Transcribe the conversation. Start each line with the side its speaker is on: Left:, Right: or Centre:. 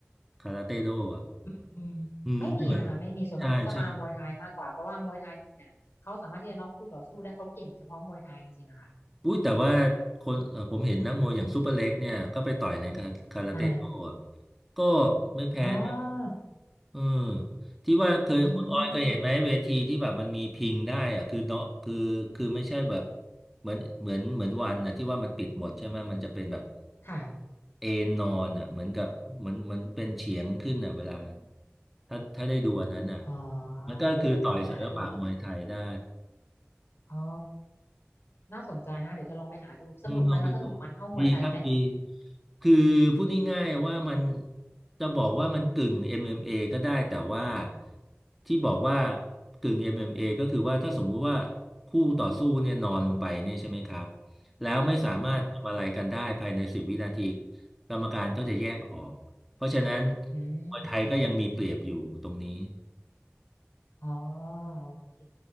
Centre: คาราเต้โดอ่ะ
Left: อืมไม่มีนะคะไม่มีส่วนมากเขาจะมามวยไทยมากกว่าเพราะว่ามวยไทยเนี่ยเขาสามารถที่จะน็อกคู่ต่อสู้ได้เขาเก่งเฉพาะมวยไทยจริงๆอะค่ะ
Centre: อืม ใช่ใช่อุ้ยแต่ว่าคนเอ่อผมเห็นนักมวยอย่างซูเปอร์เล็กเนี่ยก็ไปต่อยในคาคาราเต้โต้อะ
Left: ใช่
Centre: ก็ไม่แพ้นะ
Left: อ๋อ
Centre: เออที่ว่าเคยคุณออยเคยเห็นไหมเวทีที่แบบมันมีพิงได้อะคือเนาะคือคือไม่ใช่แบบ
Left: อืม
Centre: เหมือนเหมือนเหมือนวันนะที่ว่ามันปิดหมดใช่ไหมมันจะเป็นแบบ
Left: ค่ะ
Centre: เอนนอนอ่ะเหมือนกับเหมือนเหมือนเป็นเฉียงขึ้นอ่ะเวลาถ้าถ้าได้ดูอันนั้นอ่ะ
Left: อ๋อ
Centre: มันก็คือต่อยศิลปะมวยไทยได้
Left: เดี๋ยวจะต้องไปหาดูอ๋อน่าสนใจนะคะเดี๋ยวจะลองไปหาดูสนุกไหมคะสนุกมันเท่ามวยไทยไหม
Centre: อืมลองไปดูดีครับดีคือพูดง่ายๆว่ามันจะบอกว่ามันกึ่ง MMA ก็ได้แต่ว่าที่บอกว่ากึ่ง MMA ก็คือว่าถ้าสมมุติว่าคู่ต่อสู้เนี่ยนอนลงไปเนี่ยใช่ไหมครับแล้วไม่สามารถทำอะไรกันได้ภายในสิบวินาที
Left: ค่ะ
Centre: กรรมการก็จะแยกออกเพราะฉะนั้น
Left: อืม
Centre: มวยไทยก็ยังมีเปรียบอยู่ตรงนี้
Left: อ๋อโอเค